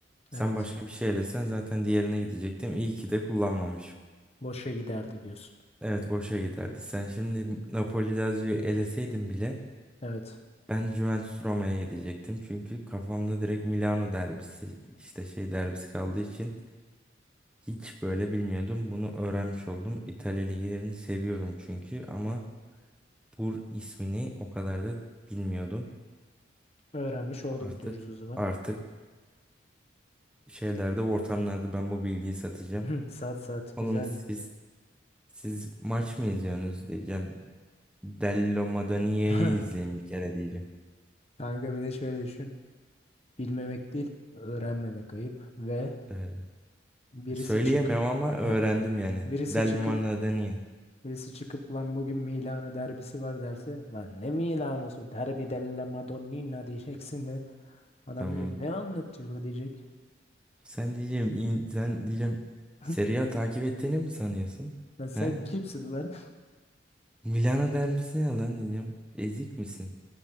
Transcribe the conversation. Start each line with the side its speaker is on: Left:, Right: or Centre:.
Centre: sen
Left: Evet.
Centre: başka bir şey elesen zaten diğerine gidecektim. İyi ki de kullanmamışım.
Left: Boşa giderdi diyorsun.
Centre: Evet boşa giderdi. Sen şimdi Napoli Lazio'yu eleseydin bile
Left: Evet.
Centre: ben Juventus Roma'ya gidecektim. Çünkü kafamda direkt Milano derbisi işte şey derbisi kaldığı için hiç böyle bilmiyordum. Bunu öğrenmiş oldum. İtalya liglerini seviyorum çünkü ama Pur ismini o kadar da bilmiyordum.
Left: Öğrenmiş olduk
Centre: Artık
Left: diyoruz o zaman.
Centre: artık şeylerde, ortamlarda ben bu bilgiyi satacağım.
Left: <clears throat> Saat saat
Centre: Oğlum
Left: güzel.
Centre: siz siz maç mı izliyorsunuz diyeceğim. Dello Madonia'yı
Left: <laughs>
Centre: izleyin bir kere diyeceğim.
Left: Kanka bir de şöyle düşün. Bilmemek değil, öğrenmemek ayıp ve
Centre: Öyle.
Left: birisi
Centre: Söyleyemem
Left: çıkıp
Centre: ama öğrendim
Left: <laughs>
Centre: yani.
Left: birisi
Centre: Del
Left: çıkıp
Centre: Madonia.
Left: birisi çıkıp lan bugün Milano derbisi var derse lan ne Milano'su derbi della Madonnina diyeceksin ve adam
Centre: Tamam.
Left: diyecek ne anlatıyor bu diyecek.
Centre: Sen diyeceğim in- sen diyeceğim
Left: <laughs>
Centre: Serie A takip ettiğini mi sanıyorsun?
Left: Lan
Centre: He?
Left: sen kimsin ulan?
Centre: Milano derbisi ne lan diyeceğim. Ezik misin?